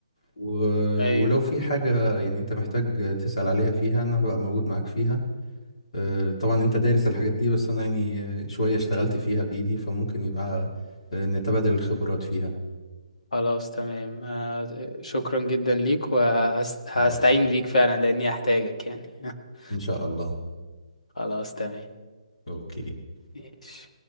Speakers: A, on the left; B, on the left.
A: و-
B: ايوه
A: ولو في حاجه يعني انت محتاج تسال عليها فيها انا هبقى موجود معاك فيها آه، طبعا انت دارس الحاجات دي بس انا يعني آه، شويه اشتغلت فيها بايدي فممكن يبقى آه، نتبادل الخبرات فيها
B: خلاص تمام آه شكرا جدا ليك وهستعين
A: العفو
B: بيك فعلا لاني هحتاجك يعني <laughs>
A: إن شاء الله
B: خلاص تمام
A: أوكي
B: ماشي